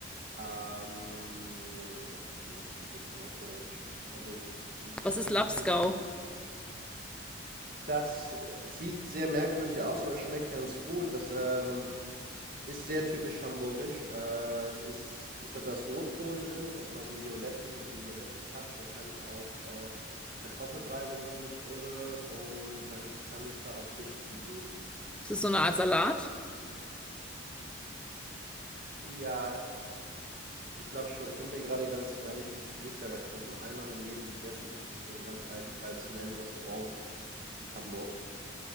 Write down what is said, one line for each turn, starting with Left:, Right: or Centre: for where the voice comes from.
Right: Ähm, was haben wir noch typisch norddeutsch? Also die,
Centre: Was
Right: die
Centre: ist
Right: echten.
Centre: Lapskau?
Right: Das, äh, sieht sehr merkwürdig aus, aber schmeckt ganz gut. Das, ähm, ist sehr typisch hamburgisch. Äh, es ist, ich glaube, da ist Rotkohl drin. Das hat immer so einen violetten, so einen violetten Touch. Wahrscheinlich auch äh, Kartoffelbrei, wenn ich mich nicht irre. Und dann kann es da auch Fisch zu geben.
Centre: Ist das so eine
Right: Ähm,
Centre: Art Salat?
Right: ja, ich glaube schon. Ich bin mir gerade ganz gar nicht sicher, weil ich habe das nur einmal in meinem Leben gegessen, in so einem ganz alten traditionellen Restaurant in Hamburg.